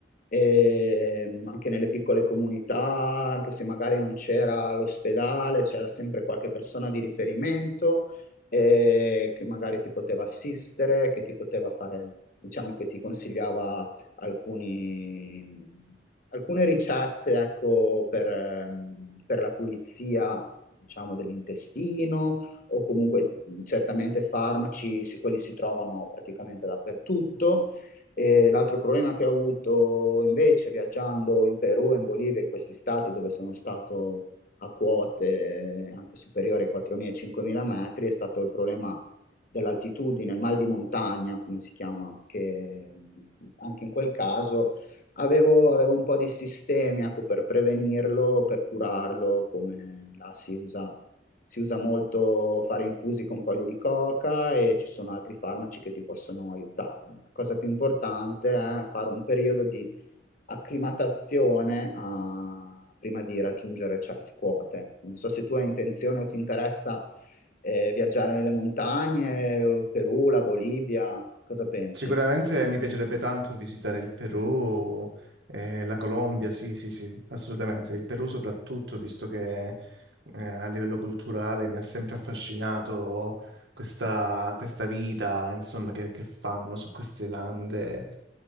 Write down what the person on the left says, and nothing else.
e anche nelle piccole comunità, anche se magari non c'era l'ospedale, c'era sempre qualche persona di riferimento eh, che magari ti poteva assistere, che ti poteva fare, diciamo che ti consigliava alcuni, alcune ricette, ecco, per, ehm, per la pulizia. diciamo dell'intestino o comunque mh, certamente farmaci, sì, quelli si trovano praticamente dappertutto e l'altro problema che ho avuto invece viaggiando in Perù e in Bolivia, in questi stati dove sono stato a quote anche superiori ai 4.000-5.000 metri, è stato il problema dell'altitudine, il mal di montagna, come si chiama, che mh, anche in quel caso avevo, avevo un po' di sistemi, ecco, per prevenirlo, per curarlo, come la si usa si usa molto fare infusi con foglie di coca e ci sono altri farmaci che ti possono aiutare, ma la cosa più importante è fare un periodo di acclimatazione a- prima di raggiungere certe quote. Non so se tu hai intenzione o ti interessa eh, viaggiare nelle montagne, il Perù, la Bolivia, cosa pensi?